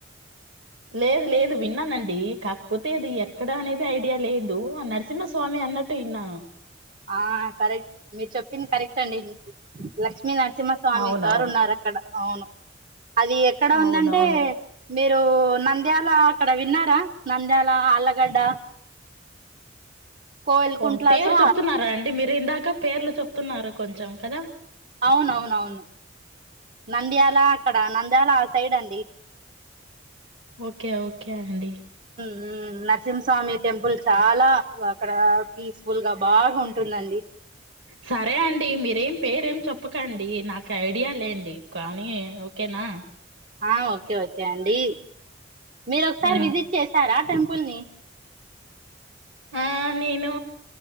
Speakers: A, on the right; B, on the right.
A: <inaudible> లేదు, లేదు విన్నానండి కాకపోతే అది ఎక్కడ అనేది ఐడియా లేదు నర్. సింహ స్వామి అన్నట్టు ఇనాను.
B: ఆ కరెక్ట్ మీరు చెప్పింది కరెక్ట్ అండి. లక్ష్మీ నరసింహ స్వామి
A: అవునవును
B: వారు ఉన్నారు, అక్కడ అవును. అది ఎక్కడ
A: అవునవును
B: ఉందంటే. మీరు నంద్యాల అక్కడ విన్నారా? నంద్యాల, ఆళ్లగడ్డ. కోవెల్ కుంట్లా
A: ఓ పేరు
B: సో
A: చెప్తున్నారా అండి, మీరు ఇందాక పేర్లు చెప్తున్నారు కొంచెం కదా!
B: అవునవును నంద్యాల అక్కడ నంద్యాల ఆ సైడ్ అండి.
A: ఓకే ఓకే అండి
B: ఉ నరసింమ్మ్ స్వామి టెంపుల్ చాలా అక్కడ పీస్ఫుల్ గా. బాగా ఉంటుందండి
A: సరే అండి మీరేం పేరు ఏం చెప్. ప్పకండి నాకు ఐడియా లేండి కానీ ఓకేనా.
B: ఆ ఓకే, ఓకే అండి మీరు ఒకసారి
A: ఆ
B: విజిట్ చేసారా. ఆ టెంపుల్ ని,
A: ఆ నేను